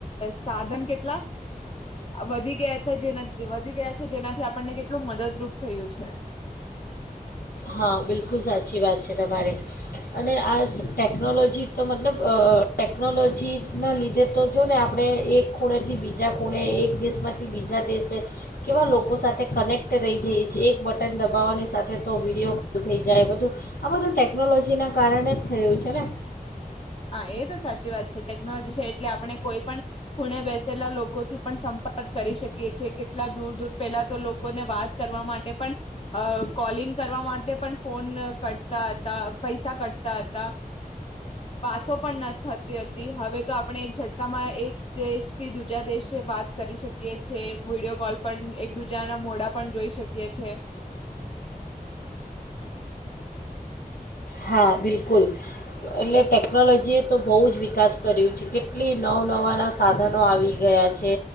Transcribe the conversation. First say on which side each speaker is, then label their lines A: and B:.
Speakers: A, on the left; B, on the left.
A: સાધન કેટલા વધી ગયા હતા, જેના વધી ગયા જેનાથી આપણને કેટલું મદદરૂપ થયું છે.
B: હા, બિલકુલ સાચી વાત છે તમારી અને આ ટેકનોલોજી તો મતલબ ટેકનોલોજીના લીધે તો જો ને આપણે એક ખૂણેથી બીજા ખૂણે, એક દેશમાંથી બીજા દેશે કેવા લોકો સાથે કનેક્ટ રહી જઈએ છીએ. એક બટન દબાવવાની સાથે તો વિડીયો કોલ થઈ જાય બધું. આ બધું ટેકનોલોજીના કારણેજ થયું છે ને
A: હા એ તો સાચી વાત છે ટેકનોલોજી છે એટલે આપણે કોઈ પણ ખૂણે બેસેલા લોકો થી પણ સંપર્ક કરી શકીએ છે, કેટલા દૂર દૂર પેલા તો લોકોને વાત કરવા માટે પણ, કોલિંગ કરવા માટે પણ, ફોન કટતા હતા, પૈસા કટતા હતા. વાતો પણ ન થતી હતી. હવે તો આપણે એક ઝટકામાં એક દેશથી દીજા દશે વાત કરી શકીએ છીએ, વિડીયો કોલ પણ એક દુ એક બીજા ના મોડા પણ જોઈ શકીએ છે.
B: હા, બિલકુલ એટલે ટેકનોલોજીએ તો બહુ જ વિકાસ કર્યું છે, કેટલી નવ નવાના સાધનો આવી ગયા છે.